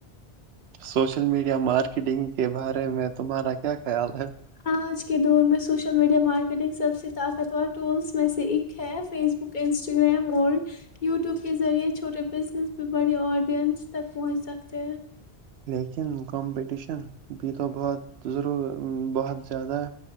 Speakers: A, on the right; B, on the left.
A: social media marketing کے بارے میں تمہارا کیا خیال ہے
B: آج کے دور میں سوش سوشل میڈیا مارکیٹنگ سب سے طاقتور ٹولس میں سے ایک ہے فیس بک انسٹاگرام اور یوٹیوب کے ذریعے چھوٹے بزنس بھی بڑے آڈینس تک پہنچ سکتے ہیں
A: لیکن کمپٹیشن بھی تو بہت ضرور بہت زیادہ